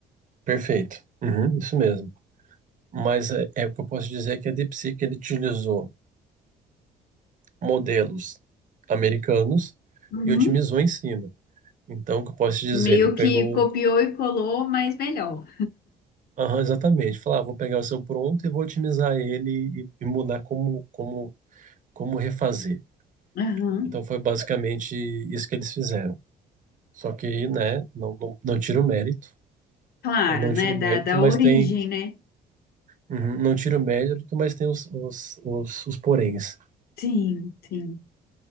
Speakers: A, on the right; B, on the left.
A: perfeito. Uhum, isso mesmo. Mas é, é o que eu posso dizer é que a DeepSeek ele utilizou modelos americanos
B: Uhum.
A: e otimizou em cima. Então, o que eu posso te dizer?
B: Meio
A: Ele pegou,
B: que copiou
A: um,
B: e colou, mas melhor.
A: aham, exatamente, falou, ah, vou pegar o seu pronto e vou otimizar ele e, e mudar como, como, como refazer.
B: Aham.
A: Então, foi basicamente isso que eles fizeram. Só que, né, não, não, não tira o mérito,
B: Claro,
A: né, não
B: né?
A: tira o
B: Da,
A: mérito,
B: da
A: mas
B: origem,
A: tem,
B: né?
A: uhum, não tira o mérito, mas tem os, os, os, os poréns.
B: Sim, sim.